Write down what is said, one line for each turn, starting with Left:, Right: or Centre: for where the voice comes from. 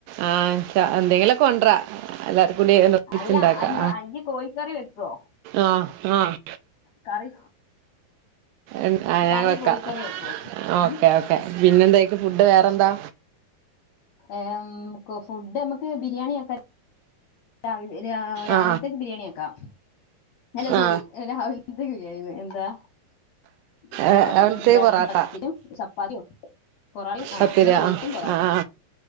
Right: ആഹ് ച്ച എന്തെങ്കിലൊക്കെ കൊണ്ടരാ എല്ലാ കൂട്ടി ഒന്ന് ഒപ്പിച്ചുണ്ടാക്കാം
Left: ല്ല അനൊ ഇയ്യ് കോഴിക്കറി വെക്കോ
Right: ആഹ് ആഹ്
Left: കറി
Right: ഇൻ ആഹ് നാ
Left: കറി
Right: വെക്കാ
Left: കോഴിക്കറി വെക്കുവോ
Right: ഓക്കേ
Left: ഉം
Right: ഓക്കെ പിന്നെ എന്തയ്ക്ക് ഫുഡ് വേറെ എന്താ
Left: ഏം കോ ഫുഡ് നമ്മക്ക് ബിരിയാണി ആക്ക രാവിലെ രാവിലത്തേക്ക്
Right: ആ
Left: ബിരിയാണി ആക്കാ അല്ല
Right: ആ
Left: സോറി
Right: ആ
Left: രാവിൽത്തെന്നെ ബിരിയാണിന് എന്താ ഇതാക്കാ
Right: ഏ-
Left: നമ്മക്ക്
Right: അവിടുത്തെ
Left: എന്താണീ
Right: പൊറാട്ട
Left: പത്തിരിം ചപ്പാത്തിം പൊറ ആഹ്
Right: പത്തിരി
Left: അന്റെ കോഴിക്കും
Right: ആ
Left: പൊറാട്ടിം
Right: ആ ആ